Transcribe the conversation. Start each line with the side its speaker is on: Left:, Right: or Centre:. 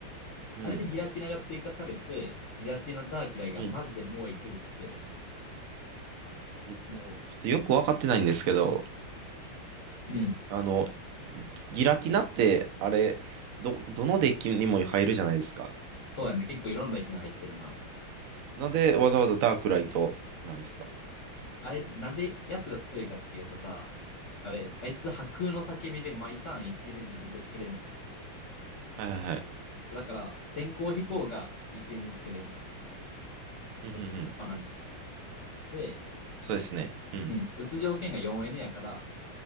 Right: うん、
Left: あれでギラティナが追加されて、ギラティナダークライがマジで猛威振るって、
Right: うん。うんちょっとよくわかってないんですけど、
Left: もう、うん、
Right: あの、ギラティナって、あれ、ど、どのデッキにも入るじゃないですか。
Left: そうやね。結構いろんな機能入ってるな。
Right: なんでわざわざダークライトなんですか
Left: あれ、なんでやつが強いかっていうとさ、あれ、あいつ破空の叫びで毎ターン1エネ自分でつけれんねんな。
Right: はいはいはい。
Left: だから、先行飛行が1エネつけれんねん。
Right: うん、
Left: ちょっとバナに。
Right: うん、うん。
Left: で、
Right: そうですね。うん、
Left: うん、打つ条件が4エネやから、